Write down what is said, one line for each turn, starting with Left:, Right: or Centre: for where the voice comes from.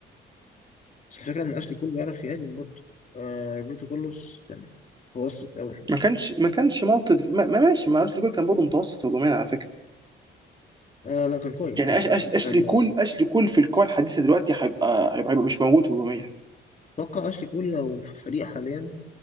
Left: بس الفكرة إن أشلي كول بيعرف يهاجم برضه آه روبرتو كارلوس كان متوسط أوي فيه
Right: ما كانش ما كانش مالتي دف... ما ما- ماشي ما اشلي كول كان برضه متوسط هجوميا على فكره
Left: آه لا كان كويس
Right: يعني
Left: كان كروساته
Right: أش... أش... اشلي
Left: حلوة
Right: كول اشلي كول في الكره الحديثه دلوقتي هيبقى هيبقى هيبقى مش موجود هجوميا
Left: اتوقع اشلي كول لو في فريق حاليا